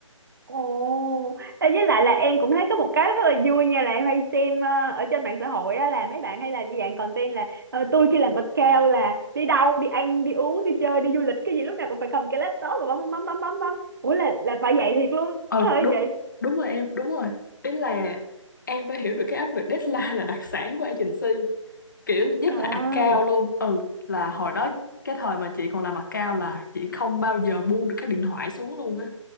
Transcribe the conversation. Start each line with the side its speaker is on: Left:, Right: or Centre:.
Right: Ồ, ê, với lại là em cũng thấy có một cái rất là vui nha là em hay xem ờ, ở trên mạng xã hội á, là mấy bạn hay làm như dạng content là ờ, tôi khi làm account là đi đâu đi ăn đi uống đi chơi đi du lịch cái gì lúc nào cũng phải cầm cái laptop và bấm bấm bấm bấm bấm bấm ủa là là phải vậy thiệt luôn
Left: ừ
Right: đó hả
Left: đúng
Right: chị
Left: đúng rồi em đúng rồi ý là em phải hiểu được cái áp lực deadline là đặc sản của agency kiểu nhất
Right: trời
Left: là
Right: ơi
Left: account luôn ừ là hồi
Right: ừ
Left: đó cái thời mà chị còn làm account là chị không bao giờ buông được cái điện thoại xuống luôn á